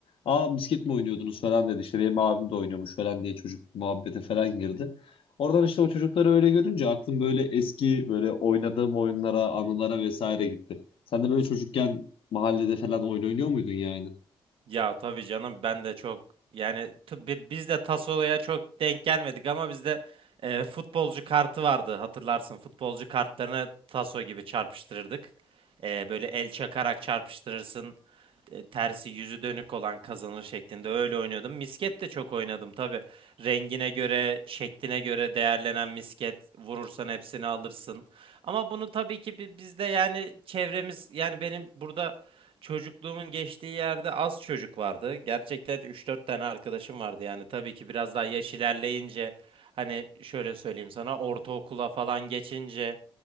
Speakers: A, on the left; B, on the right.
A: Aa misket mi oynuyordunuz falan dedi. İşte benim abim de oynuyormuş falan diye çocuk muhabbete falan girdi. Oradan işte o çocukları öyle görünce aklım böyle eski böyle oynadığım oyunlara, anılara vesaire gitti. Sen de böyle çocukken mahallede falan oyun oynuyor muydun yani?
B: Ya tabii canım ben de çok yani t- bi- biz de Tassola'ya çok denk gelmedik ama bizde e, futbolcu kartı vardı hatırlarsın futbolcu kartlarını Taso gibi çarpıştırırdık. E, böyle el çakarak çarpıştırırsın e, tersi yüzü dönük olan kazanır şeklinde öyle oynuyordum. Misket de çok oynadım tabii. Rengine göre, şekline göre değerlenen misket vurursan hepsini alırsın. Ama bunu tabii ki bi- bizde yani çevremiz yani benim burada çocukluğumun geçtiği yerde az çocuk vardı. Gerçekten üç dört tane arkadaşım vardı yani tabii ki biraz daha yaş ilerleyince hani şöyle söyleyeyim sana ortaokula falan geçince